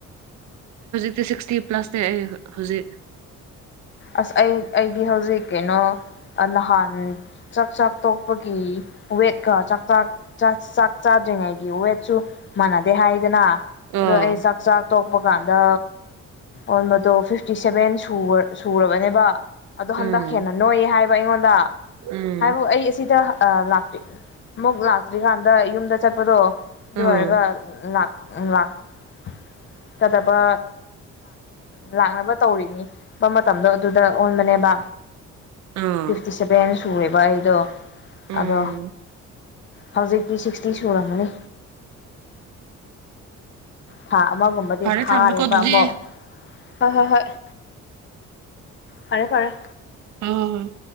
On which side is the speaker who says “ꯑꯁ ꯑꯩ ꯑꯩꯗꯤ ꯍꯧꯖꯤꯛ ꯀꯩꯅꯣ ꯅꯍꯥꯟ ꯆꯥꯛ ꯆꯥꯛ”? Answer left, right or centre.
Left